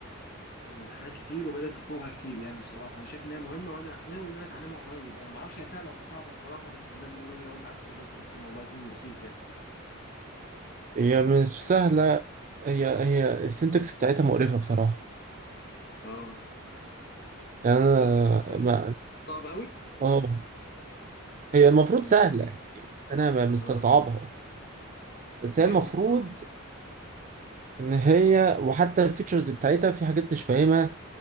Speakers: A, on the left; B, on the right.
A: آه، امتحانات كتير وبدأت تطلبها كتير يعني بصراحة أنا شايف إن هي مهمة وأنا ناوي إن أنا أتعلمها قريب يعني ما أعرفش هي سهلة ولا صعبة الصراحة بس الناس بيقولوا لي لو أنت عارف سي بلس بلس فالموضوع يكون بسيط يعني
B: هي مش سهلة هي هي السنتكس بتاعتها مقرفة بصراحة
A: اه
B: يعني أنا
A: سنتكس بتاعتها
B: ما
A: صعبة قوي
B: اه هي المفروض
A: امم
B: سهلة يعني، انا ب- مستصعبها
A: اه
B: بس
A: ليه
B: هي المفروض
A: مش صعبة
B: ان هي وحتى الفيتشرز بتاعتها في حاجات مش فاهمها